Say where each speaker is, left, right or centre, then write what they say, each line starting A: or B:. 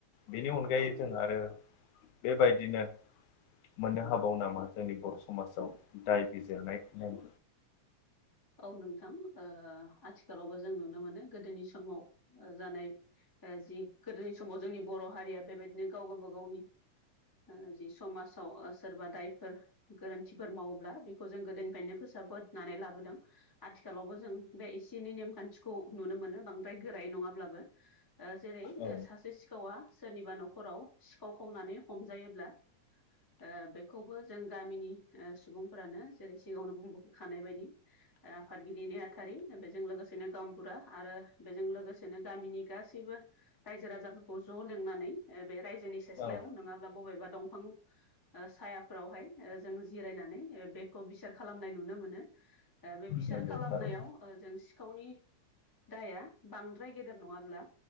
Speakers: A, on the left (about 80°); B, on the left (about 25°).
A: बेनि अनगायै
B: औ नोंथां
A: जों आरो बेबायदिनो मोननो हाबाव नामा जोंनि बर' समाजाव? दायबिजिरनाय नेम?
B: औ नोंथां आथिखालावबो जों नुनो मोनो गोदोनि समाव ओ-जानाय। ओ-जि गोदोनि समाव जोंनि बर' हारिया बेबायदिनो गाव गाबा गावनि। ओ जि समाजाव ओ सोरबा दायफोर गोरोन्थिफोर मावोब्ला बेखौ जों गोदोनिफ्रायनो फोसाब बोनानै लाबोदों। आथिखालावबो जों बे एसे एनै नेमखान्थिखौ नुनो मोनो बांद्राय गोरायै नङाब्लाबो। जेरै
A: औ
B: सासे सिखावा सोरनिबा न'खराव सिखाव खावनानै हमजायोब्ला। ओ- बेखौबो जों गामिनि ओ-सुबुंफोरानो जेरै सिगाङावनो बुंबोखानाय बायदि। ओ-आफादगिरि नेहाथारि बेजों लोगोसेनो गावबुरा आरो बेजों लोगोसेनो गामिनि गासैबो रायजो राजाफोरखौ ज' लिंनानै ओ-बे रायजोनि सेस्लायाव
A: औ
B: नङाब्ला बबेबा दंफां ओ-सायाफ्रावहाय ओ-जों जिरायनानै बेखौ बिसार खालामनाय नुनो मोनो। ओ-बे बिसार
A: नंगौ
B: खालामनायाव
A: थारै
B: ओ-जों सिखावनि। दाया बांद्राय गेदेर नङाब्ला